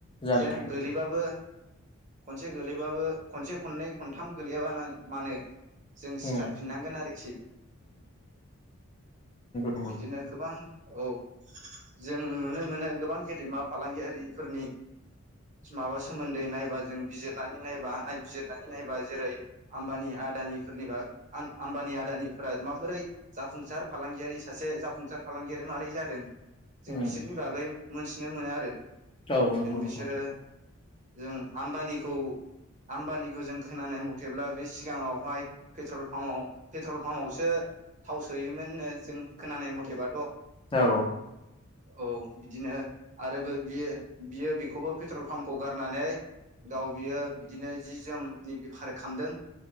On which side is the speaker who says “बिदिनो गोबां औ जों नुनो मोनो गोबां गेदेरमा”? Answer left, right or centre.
Right